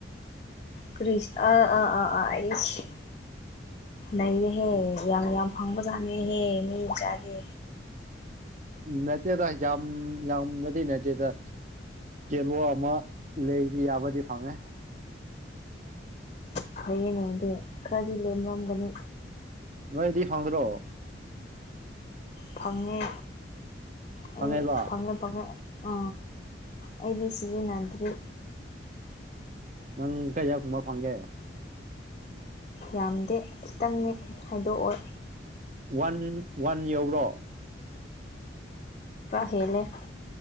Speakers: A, on the left; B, on the right.
A: ꯀ꯭ꯔꯤꯁ ꯑꯥ ꯑꯥ ꯑꯥ ꯑꯥ ꯑꯩ ꯅꯔꯦꯍꯦ ꯌꯥꯝ ꯌꯥꯝ ꯐꯪꯕꯖꯥꯠꯅꯤꯍꯦ ꯃꯤ ꯆꯥꯗꯦ
B: ꯅꯠꯇꯦꯗ ꯌꯥꯝ ꯌꯥꯝꯅꯗꯤ ꯅꯠꯇꯦꯗ ꯀꯦꯂꯣ ꯑꯃ ꯂꯩꯕ ꯌꯥꯕꯗꯤ ꯐꯪꯉꯦ
A: ꯐꯩꯌꯦꯅꯦ ꯑꯗꯨꯗ ꯈꯔꯗꯤ ꯂꯦꯝꯂꯝꯝꯒꯅꯤ
B: ꯅꯣꯏꯗꯤ ꯐꯪꯗ꯭ꯔꯣ
A: ꯐꯪꯉꯦ
B: ꯐꯪꯉꯦꯕ
A: ꯑꯩ ꯐꯪꯉꯦ ꯐꯪꯉꯦ ꯑ ꯑꯩꯗꯤ ꯁꯤꯖꯤꯟꯗ꯭ꯔꯦ
B: ꯅꯪ ꯀꯩꯌꯥꯝ ꯀꯨꯝꯕ ꯐꯪꯒꯦ
A: ꯌꯥꯝꯗꯦ ꯈꯤꯇꯪꯅꯤ ꯍꯥꯏꯗꯣꯛꯑꯣ
B: ꯋꯥꯟ ꯋꯥꯟ ꯌꯧꯔꯣ
A: ꯍꯦꯅꯦꯦ